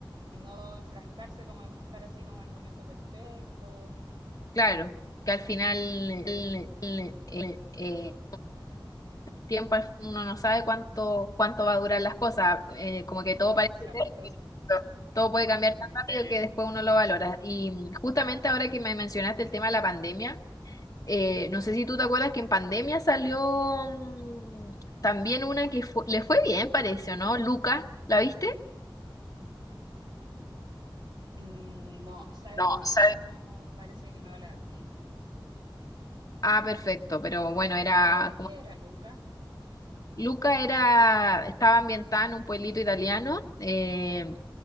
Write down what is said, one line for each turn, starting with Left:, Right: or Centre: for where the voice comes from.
Right: no enfrascarse, como en buscar así como el momento perfecto.
Left: Claro, que al final el, el- el- eh, tiempo al- uno no sabe cuánto cuánto va a durar las cosas, eh, como que todo
Right: Exacto.
Left: parece eterno, pero todo puede cambiar
Right: Mm.
Left: tan rápido que después uno lo valora. Y mm, justamente ahora que me mencionaste el tema de la pandemia, eh, no sé si tú te acuerdas que en pandemia salió mm, también una que fue- le fue bien, parece, ¿o no? Luca, ¿la viste?
Right: Mm, No, ¿sabes
Left: No,
Right: qué?
Left: ¿sabes?
Right: Esa no, parece que no la vi.
Left: Ah, perfecto, pero bueno, era
Right: ¿Pero de qué
Left: como
Right: era, Luca?
Left: Luca era, estaba ambientada en un pueblito italiano, eh,